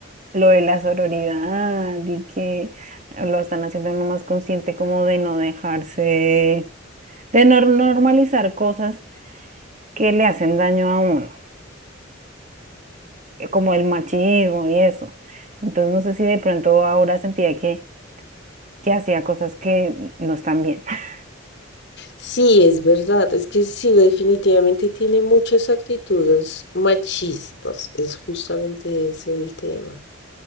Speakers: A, on the right (about 35°); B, on the left (about 55°).
A: lo de la sororidad y que lo están haciendo uno más consciente como de no dejarse de nor- normalizar cosas que le hacen daño a uno, eh, como el machismo y eso. Entonces, no sé si de pronto ahora sentía que, que hacía cosas que n- no están bien. <laughs>
B: Sí, es verdad, es que sí, definitivamente tiene muchas actitudes machistas, es justamente ese el tema.